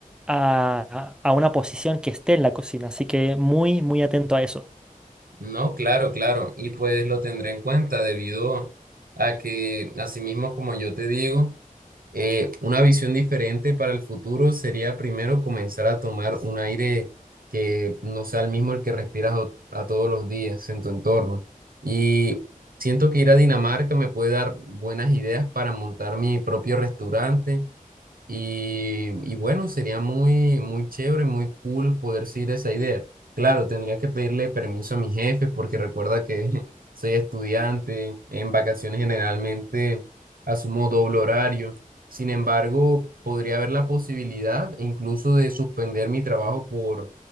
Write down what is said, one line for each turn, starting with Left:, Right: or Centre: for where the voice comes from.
Centre: a, a a una posición que esté en la cocina. Así que muy, muy atento a eso.
Right: No, claro, claro. Y pues lo tendré en cuenta debido a que, asimismo, como yo te digo, eh, una visión diferente para el futuro sería primero comenzar a tomar un aire que no sea el mismo el que respiras o- a todos los días en tu entorno. Y siento que ir a Dinamarca me puede dar buenas ideas para montar mi propio restaurante y, y bueno, sería muy, muy chévere, muy cool poder seguir esa idea. Claro, tendría que pedirle permiso a mis jefes porque recuerda que <laughs> soy estudiante, en vacaciones generalmente asumo doble horario. Sin embargo, podría haber la posibilidad incluso de suspender mi trabajo por,